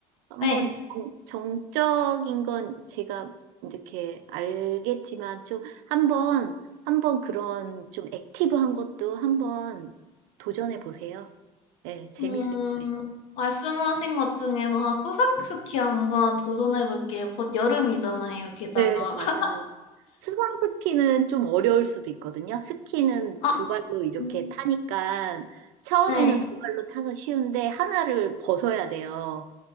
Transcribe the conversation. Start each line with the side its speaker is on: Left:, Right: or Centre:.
Right: 한번
Left: 네.
Right: 정- 정적인 건 제가 이렇게 알겠지만 좀 한번 한번 그런 좀 액티브한 것도 한번 도전해 보세요. 네, 재밌을
Left: 음,
Right: 거예요.
Left: 말씀하신 것 중에서 한 수상스키 한번 도전해 볼게요. 곧 여름이잖아요, 게다가.
Right: 네, 맞아요.
Left: <laughs>
Right: 수상 스키는 좀 어려울 수도 있거든요. 스키는
Left: 아,
Right: 두 발로 이렇게
Left: 음.
Right: 타니까 처음에는
Left: 네.
Right: 두 발로 타서 쉬운데 하나를 벗어야 돼요.